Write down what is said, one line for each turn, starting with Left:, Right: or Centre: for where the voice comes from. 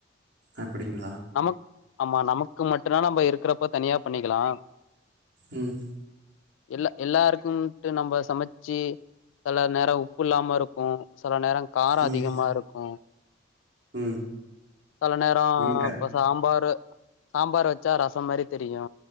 Right: அப்டிங்களா
Left: நமக் ஆமா நமக்கு மட்டும்தான் நம்ம இருக்கிறப்ப தனியா பண்ணிக்கலா
Right: உம்
Left: இல்ல எல்லாருக்கும்ட்டு நம்ம சமச்சி சேல நேரோ உப்பு இல்லாம இருக்கு சில நேரௌ காரோ
Right: ம்
Left: அதிகமா இருக்கு
Right: ம்
Left: சில நேரோ
Right: ம் க
Left: இப்ப சாம்பாரு சாம்பார் வச்சா ரசம் மாரி தெரியு